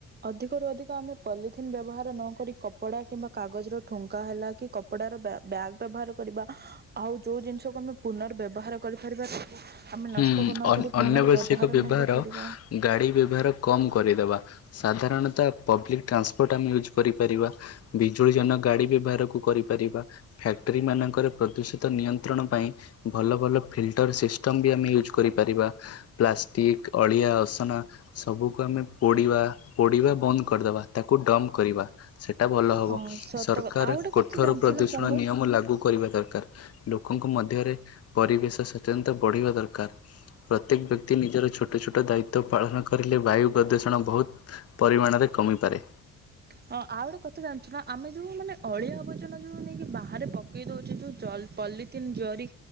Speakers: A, on the right; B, on the left.
A: ଅଧିକରୁ ଅଧିକ ଆମେ ପଲିଥିନ୍ ବ୍ୟବହାର ନକରି। କପଡ଼ା କିମ୍ବା କାଗଜର ଠୁଙ୍କା ହେଲା କି କପଡ଼ାର ବ୍ୟା ବ୍ୟାଗ୍ ବ୍ୟବହାର କରିବା। ଆଉ ଯୋଉ ଜିନିଷକୁ ଆମେ ପୁନର୍ ବ୍ୟବହାର କରିପାରିବା ଆମେ
B: ହୁଁ
A: ନଷ୍ଟ ନକ ନ
B: ଅନ୍
A: କରି ପୁନର୍ବବହାର
B: ଅନାବଶ୍ୟକ ବ୍ୟବହାର
A: ମଧ୍ୟ କରିବା।
B: ଗାଡ଼ି ବ୍ୟବହାର କମ୍ କରିଦେବା। ସାଧାରଣତଃ ପବ୍ଲିକ୍ ଟ୍ରାନ୍ସପୋର୍ଟ ଆମେ ୟୁଜ୍ କରିପାରିବା। ବିଜୁଳି ଜନ ଗାଡ଼ି ବ୍ୟବହାରକୁ କରିପାରିବା। ଫ୍ୟାକ୍ଟ୍ରି ମାନଙ୍କରେ ପ୍ରଦୂଷିତ ନିୟନ୍ତ୍ରଣ ପାଇଁ ଭଲ ଭଲ ଫିଲ୍ଟର ସିଷ୍ଟ ମ ବି ଆମେ ୟୁଜ୍ କରିପାରିବା। ପ୍ଲାଷ୍ଟିକ ଅଳିଆ ଅସନା ସବୁକୁ ଆମେ ପୋଡିବା ପୋଡିବା ବନ୍ଦ କରିଦବା। ତାକୁ ଡମ୍ କରିବା। ସେଟା ଭଲ ହବ
A: ହଁ ସତ
B: ସରକାର
A: କଥା ଆଉ ଗୋଟେ
B: କୋଠୋର
A: କଥା ଜାଣିଛୁ
B: ପ୍ରଦୂଷଣ
A: ନା ସାଙ୍ଗ
B: ନିୟମ ଲାଗୁ କରିବା ଦରକାର। ଲୋକଙ୍କ ମଧ୍ୟରେ ପରିବେଶ ସ୍ୱତେନ୍ତ। ପଢ଼ିବା ଦରକାର। ପ୍ରତ୍ୟେକ ବ୍ୟକ୍ତି ନିଜର ଛୋଟ ଛୋଟ ଦାୟିତ୍ଵ ପାଳନ କରିଲେ ବାୟୁ ପ୍ରଦୂଷଣ ବହୁତ ପରିମାଣରେ କମିପାରେ।
A: ହଁ ଆଉ ଗୋଟେ କଥା ଜାଣିଛୁ ନା ଆମେ ଯୋଉ ମାନେ ଅଳିଆ ଆବର୍ଜନା ଯୋଉ ନେଇକି ବାହାରେ ପକେଇ ଦଉଛେ। ଯୋଉ ଜ ପଲିଥିିନ ଜରି